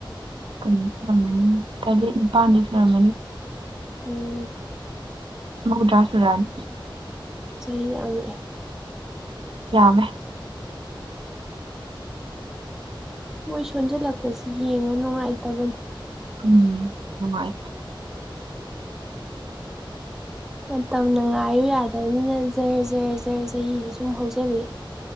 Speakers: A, on the right; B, in the centre.
A: ꯀꯩꯅꯣ ꯁꯨꯔꯝꯃꯅꯤ ꯇꯔꯦꯠ ꯅꯤꯄꯥꯟꯗ ꯁꯨꯔꯝꯃꯅꯤ
B: ꯎꯝ
A: ꯃꯨꯗ꯭ꯔꯁꯨꯨꯔꯥꯅꯤ
B: ꯆꯍꯤ ꯌꯥꯝꯃꯛꯑꯦ
A: ꯌꯥꯝꯃꯦ
B: ꯃꯣꯏ ꯁꯣꯟꯖꯜꯂꯛꯄꯁꯤ ꯌꯦꯡꯕ ꯅꯨꯡꯉꯥꯏꯇꯕꯅꯦ
A: ꯎꯝ ꯅꯨꯡꯉꯥꯏꯇꯦ
B: ꯃꯇꯝꯅ ꯉꯥꯏꯌꯨ ꯌꯥꯗꯕꯅꯤꯅ ꯖꯔ ꯖꯔ ꯖꯔꯦ ꯆꯍꯤꯗꯤ ꯁꯨꯝ ꯍꯧꯖꯤꯜꯂꯤ